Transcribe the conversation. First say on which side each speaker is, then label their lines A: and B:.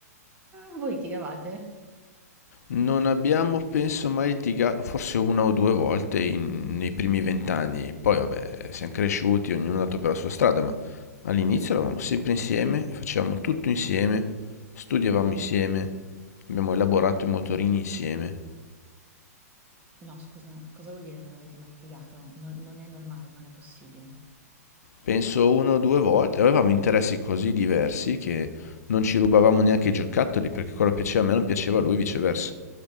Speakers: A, on the right (about 20°); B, on the left (about 70°).
A: mm, voi litigavate?
B: Non abbiamo, penso, mai litigato, forse una o due volte in- nei primi vent'anni. Poi, vabbè, siamo cresciuti, ognuno è andato per la sua strada, ma all'inizio eravamo sempre insieme, facevamo tutto insieme, studiavamo insieme, abbiamo elaborato i motorini insieme.
A: No, scusa, cosa vuol dire non avete mai litigato? Non, non è normale, non è possibile.
B: Penso una o due volte. Avevamo interessi così diversi che non ci rubavamo neanche i giocattoli, perché quello che piaceva a me non piaceva a lui, viceversa.